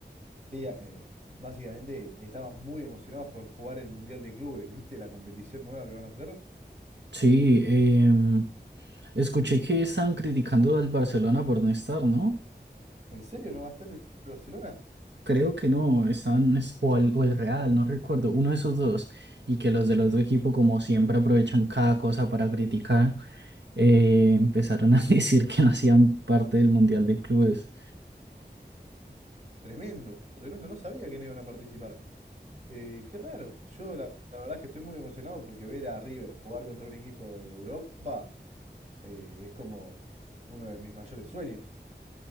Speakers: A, on the right; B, on the right.
A: Sí, eh, básicamente estamos muy emocionados por jugar el Mundial de Clubes, ¿viste la competición nueva que van a hacer?
B: Sí, em, escuché que estaban criticando al Barcelona por no estar, ¿no?
A: ¿En serio no va a estar el Barcelona?
B: Creo que no, están, es- o el, o el Real, no recuerdo, uno de esos dos, y que los del otro equipo, como siempre, aprovechan cada cosa para criticar, eh, empezaron a <laughs> decir que no hacían parte del Mundial de Clubes.
A: Tremendo, tremendo, no sabía que no iban a participar. Eh, qué raro, yo la, la verdad es que estoy muy emocionado porque ver a River jugar contra un equipo de Europa eh, es como uno de mis mayores sueños.